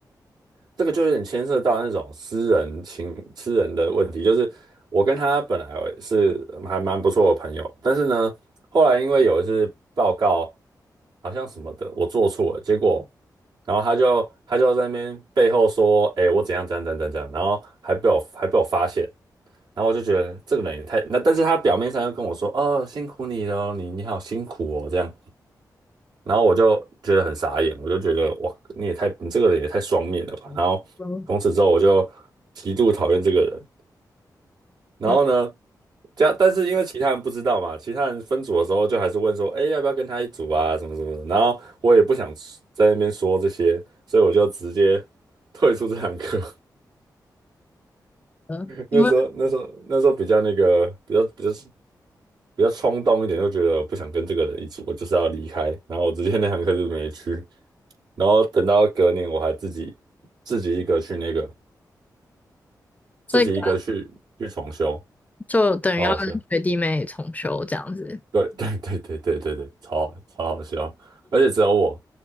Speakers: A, on the right; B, on the left.
A: 这个就有点牵涉到那种私人情、私人的问题。就是我跟他本来是还蛮不错的朋友，但是呢，后来因为有一次报告好像什么的，我做错了，结果然后他就他就在那边背后说：“哎、我怎样怎样怎样怎样。”然后还被我还被我发现，然后我就觉得这个人也太……那但是他表面上又跟我说：“哦，辛苦你了，你你好辛苦哦。”这样，然后我就觉得很傻眼，我就觉得哇，你也太你这个人也太双面了吧。然后从此之后我就极度讨厌这个人。
B: 嗯
A: 然后呢，
B: 嗯，
A: 这样但是因为其他人不知道嘛，其他人分组的时候就还是问说，哎，要不要跟他一组啊，什么什么的。然后我也不想在那边说这些，所以我就直接退出这堂课。
B: 嗯因为
A: 那时候那时候那时候比较那个比较比较比较冲动一点，就觉得不想跟这个人一组，我就是要离开。然后我直接那堂课就没去。然后等到隔年，我还自己自己一个去那个
B: 这个
A: 自己一个去去重修，
B: 就等于要跟学弟妹重修这样子。
A: 超好笑。对对对对对对对，超超好笑，而且只有我，